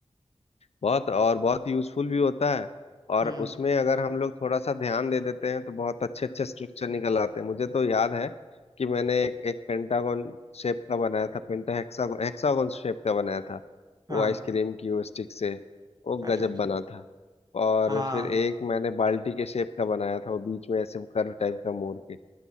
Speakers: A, on the left; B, on the right.
A: बहुत और बहुत यूजफुल भी होता है और
B: हम्म
A: उसमें अगर हम लोग थोड़ा सा ध्यान दे देते हैं तो बहुत अच्छे अच्छे स्ट्रक्चर निकल आते हैं मुझे तो याद है कि मैंने एक, एक पेंटागोन शेप का बनाया था पेंटा हेक्सागोन हेक्सागोन शेप का बनाया था
B: हाँ
A: वो आइसक्रीम की वो स्टिक से वो
B: अच्छा
A: गजब
B: अच्छा
A: बना था और
B: हाँ
A: फिर एक मैंने बाल्टी के शेप का बनाया था वो बीच में ऐसे कर्व टाइप का मोड़ के